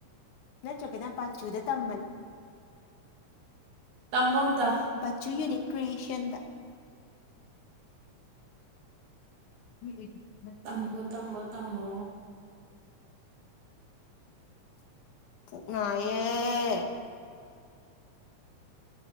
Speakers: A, on the left; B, on the right.
A: ꯅꯠꯇ꯭ꯔꯒꯅ ꯕꯥꯆꯨꯗ ꯇꯝꯃꯅꯤ꯫
B: ꯇꯝꯃꯣ ꯑꯝꯇꯥ꯫
A: ꯕꯆꯨ ꯌꯨꯅꯤꯛ ꯀ꯭ꯔꯤꯌꯦꯁꯟꯗ꯫ <unintelligible>
B: ꯇꯝꯃꯣ ꯇꯝꯃꯣ ꯇꯝꯃꯣ꯫
A: ꯄꯨꯛꯅꯥꯏꯌꯦ꯫